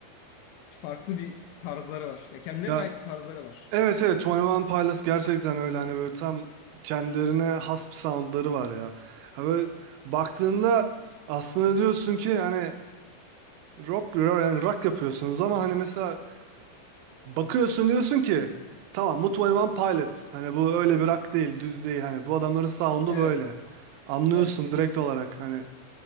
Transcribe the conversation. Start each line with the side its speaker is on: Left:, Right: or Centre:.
Left: e, farklı bir tarzları var. Ya kendilerine
Right: Ya
Left: ait tarzları var.
Right: evet evet 21 Pilots gerçekten öyle hani böyle tam kendilerine has bir soundları var ya. Ha böyle baktığında aslında diyorsun ki hani rock, yani rock yapıyorsunuz ama hani mesela Bakıyorsun diyorsun ki tamam Mutlu Pilots. Hani bu öyle bir rock değil, düz değil. Hani bu adamların sound'u
Left: Evet.
Right: böyle. Anlıyorsun
Left: Evet.
Right: direkt olarak. Hani